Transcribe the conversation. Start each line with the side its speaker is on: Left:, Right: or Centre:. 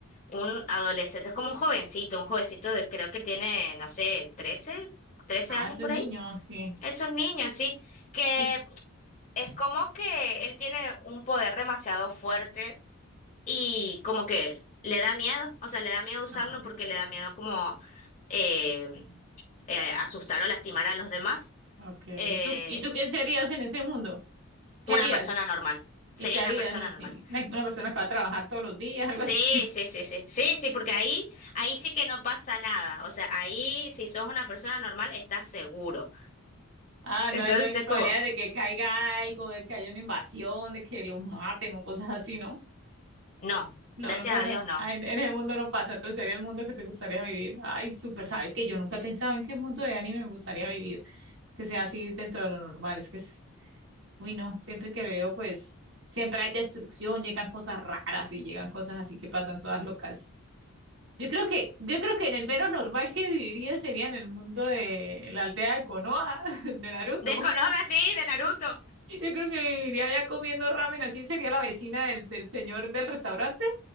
Left: un adolescente, es como un jovencito, un jovencito de creo que tiene, no sé, trece, 13
Right: Ah,
Left: años
Right: es un
Left: por
Right: niño,
Left: ahí.
Right: sí.
Left: Es un niño, sí, que
Right: Y,
Left: es como que él tiene un poder demasiado fuerte y como que le da miedo, o sea, le da miedo usarlo
Right: ah,
Left: porque le da miedo como eh, eh, asustar o lastimar a los demás.
Right: ok.
Left: eh,
Right: ¿Y tú, y tú qué serías en ese mundo? ¿Qué
Left: una
Right: harías?
Left: persona normal, sería
Right: ¿Y qué harías
Left: una persona
Right: así?
Left: normal.
Right: Una, una persona que va a trabajar todos los días,
Left: Sí,
Right: <laughs> algo así.
Left: sí, sí, sí, sí, sí, porque ahí, ahí sí que no pasa nada, o sea, ahí si sos una persona normal estás seguro.
Right: Ah,
Left: Entonces
Right: no hay, no hay probabilidad
Left: es como,
Right: de que caiga algo, de que haya una invasión, de que los maten o cosas así, ¿no?
Left: no,
Right: No,
Left: gracias
Right: no pasa.
Left: a Dios no.
Right: ah, en, en ese mundo no pasa. Entonces sería el mundo que te gustaría vivir. Ay, súper, sabes que yo nunca he pensado en qué mundo de anime me gustaría vivir, que sea así dentro de lo normal. Es que es, uy, no, siempre que veo, pues, siempre hay destrucción, llegan cosas raras y llegan cosas así que pasan todas locas. Yo creo que, yo creo que en el menos normal que viviría sería en el mundo de la aldea de Konoha, <laughs> de Naruto.
Left: De Konoha, sí, de Naruto,
Right: Yo creo que iría ya comiendo ramen, así sería la vecina del, del señor del restaurante.